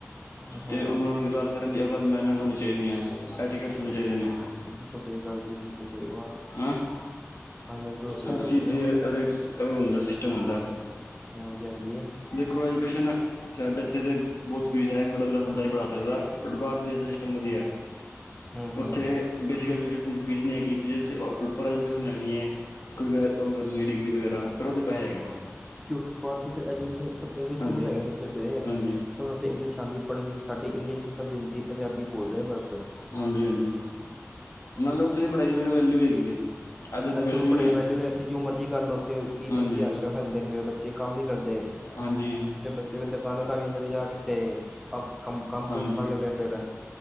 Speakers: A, in the centre; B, on the left.
A: ਹੂੰ
B: ਤੇ ਉਹਨਾਂ ਨੁ ਗੱਲ ਕਰਨ ਦੀ ਅਕੱਲ ਮੈਂਨੇਰਸ ਹੋਣੀ ਚਾਹੀਦੀਆਂ ਐਟੀਕੇਟਸ ਚਾਹੀਦੇ ਨੇ।
A: ਬਿਲਕੁਲ ਸਹੀ ਗੱਲ ਜੀ ਬਿਲਕੁਲ ਸਹੀ ਬਾਤ।
B: ਹਮ।
A: ਹਾਂਜੀ ਹਾਂਜੀ ਬਿਲਕੁਲ ਸਹੀ
B: ਹਰ
A: ਗੱਲ
B: ਚੀਜ਼
A: ਜੀ
B: ਦੀ ਹਰ ਉਹ ਹੁੰਦਾ ਸਿਸਟਮ ਹੁੰਦਾ।
A: ਹਾਂਜੀ ਹਾਂਜੀ।
B: ਦੇਖੋ ਐਜੂਕੇਸ਼ਨ ਸਾਡੇ ਇੱਥੇ ਤੇ। ਬਹੁਤ ਫੀਸ ਹੈ ਮਿਡਲ ਕਲਾਸ ਬੰਦਾ ਨਹੀਂ ਪੜਾ ਸਕਦਾ ਬਟ ਬਾਰ ਦੇ ਦੇਸ਼ ਦਾ ਸਿਸਟਮ ਵਧੀਆ
A: ਹੂੰ ਹੂੰ
B: ਉੱਥੇ। ਬੇਸਿਕ ਐਜੂਕੇਸ਼ਨ ਦੀ ਫੀਸ ਨਹੀ ਹੈਗੀ। ਜੇ ਤੁਸੀਂ ਉੱਪਰ ਐਜੂਕੇਸ਼ਨ ਲੈਣੀ ਏ ਕੋਈ ਉਹ ਕਰਨੀ ਹੈ ਡਿਗਰੀ ਵਗੈਰਾ। ਫਿਰ ਉਹਦੇ ਪੈਸੇ ਹੈਗੇ ਨੇ
A: ਕਿਉਂਕਿ ਬਾਹਰ ਦੇ ਫਿਰ ਏਜੂਕੇਸ਼ਨ ਇੰਗਲਿਸ਼
B: ਹਾਂਜੀ
A: ਮੀਡੀਅਮ ਹੈਗੇ ਨੇ ਬੱਚੇ ਤੇ।
B: ਹਾਂਜੀ
A: ਸਾਨੂੰ ਉੱਥੇ ਇੰਗਲਿਸ਼ ਆਉਂਦੀ ਪੜ੍ਹਨੀਣੀ ਸਾਡੀ ਇੰਗਲਿਸ਼ ਚ ਸਭ ਹਿੰਦੀ ਪੰਜਾਬੀ ਬੋਲਦੇ ਨੇ ਬਸ।
B: ਹਾਂਜੀ ਹਾਂਜੀ ਨਾਲ਼ੇ ਉੱਥੇ ਦੀ ਪੜ੍ਹਾਈ ਦੀ ਫਿਰ ਵੈਲਿਊ ਹੈਗੀ। ਹੈ ਇੱਧਰ
A: ਐਥੇ
B: ਵੈਲਿਊ
A: ਪੜਾਈ
B: ਨਹੀਂ
A: ਦੀ
B: ਹੈ
A: ਵੈਲਿਊ ਤੇ ਜੋ ਮਰਜ਼ੀ ਕਰ ਲੋ ਉੱਥੇ ਵੀਹ
B: ਹਾਂਜੀ
A: ਪੱਚੀ ਹਜ਼ਾਰ ਤਨਖਾਹ ਦੇਂਦੇ ਨੇ ਫੇਰ ਬੱਚੇ ਕੰਮ ਨਈ ਕਰਦੇ।
B: ਹਾਂਜੀ।
A: ਫੇਰ ਬੱਚੇ ਦੁਕਾਨਾਂ ਲੱਗ ਜਾਂਦੇ ਨੇ ਜਾਂ ਕਿੱਥੇ ਆਪ ਕੰ ਕੰਮ
B: ਹਾਂਜੀ
A: ਕੁਮ ਲੱਗ ਜਾਂਦੇ ਨੇ ਫਿਰ।